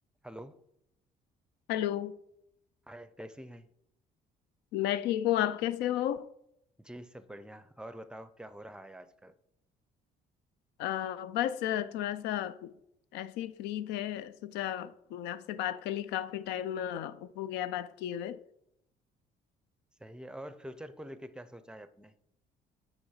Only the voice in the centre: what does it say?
Hello
Hi कैसी हैं
जी सब बढ़िया और बताओ क्या हो रहा है आजकल
सही है और फ्यूचर को लेके क्या सोचा है अपने